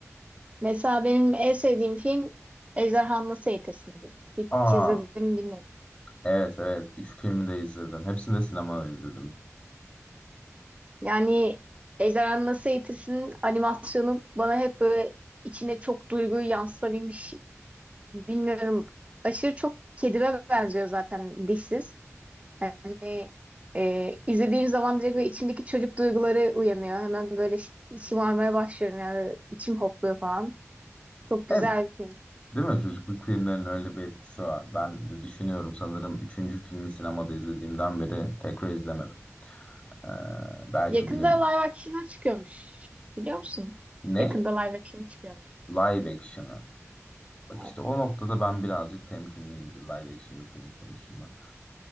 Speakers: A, on the right; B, on the left.
A: mesela benim en sevdiğim film Ejderhanı Nasıl Eğitirsin'dir. Hiç
B: Aa
A: izledim mi bilmiyorum.
B: Evet evet. Üç filmi de izledim. Hepsini de sinemada izledim.
A: Yani Ejderhanı Nasıl Eğitirsin'in animasyonu bana hep böyle içine çok duyguyu yansıtabilmiş. Bilmiyorum. Aşırı çok kedime benziyor zaten dişsiz. Yani e, izlediğim zaman direkt böyle içimdeki çocuk duyguları uyanıyor. Hemen böyle şi- şımarmaya başlıyorum yani içim hopluyor falan. Çok güzel
B: Evet
A: bir film.
B: değil mi? Çocukluk filmlerinin öyle bir etkisi var. Ben de düşünüyorum sanırım üçüncü filmi sinemada izlediğimden beri tekrar izlemedim. Ee, belki
A: Yakında
B: bir gün...
A: live action çıkıyormuş. Biliyor musun?
B: Ne?
A: Yakında live action çıkıyormuş.
B: Live action'ı. Bak
A: Evet.
B: işte o noktada ben birazcık temkinliyimdir live action bir film konusunda.